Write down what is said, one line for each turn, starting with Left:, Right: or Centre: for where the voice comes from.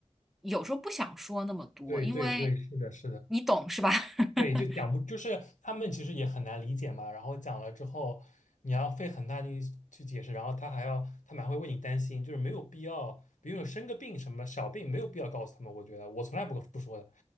Centre: 有时候不想说那么多，
Left: 对对对，
Centre: 因为
Left: 是的，是的，
Centre: 你懂是吧？<laughs>
Left: 对，就讲不，就是他们其实也很难理解嘛。然后讲了之后，你要费很大劲去解释，然后他还要，他们还会为你担心，就是没有必要，比如生个病什么小病，没有必要告诉他们。我觉得我从来不不说的，